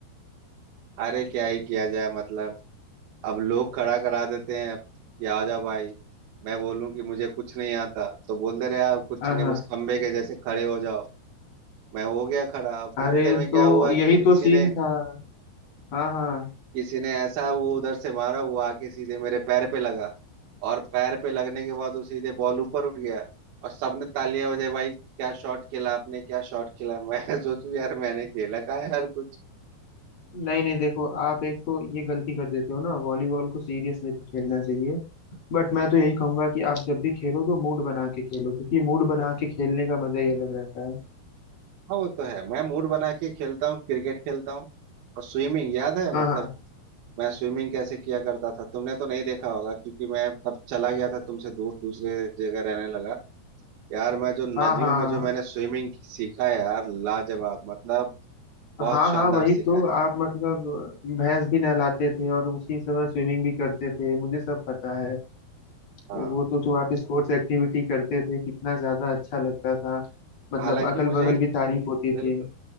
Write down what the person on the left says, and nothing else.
हाँ
हाँ
अरे
तो
यही
तो सीन
था हाँ हाँ
नहीं नहीं देखो आप एक तो ये गलती कर देते हो ना वॉलीबॉल को सीरियस लेके खेलना चाहिए बट मैं तो यही कहूंगा कि आप जब भी खेलो तो मूड बना के खेलो क्योंकि मूड बना के खेलने का मजा ही अलग रहता है
हाँ
हाँ
हाँ हाँ
हाँ
हाँ वही
तो
आप मतलब भैंस भी नहलाते थे और उसी समय स्विमिंग भी करते थे मुझे सब पता है तो
वो तो जो आप स्पोर्ट्स एक्टिविटी करते थे कितना ज्यादा अच्छा लगता था मतलब
अगल
बगल भी तारीफ होती
थी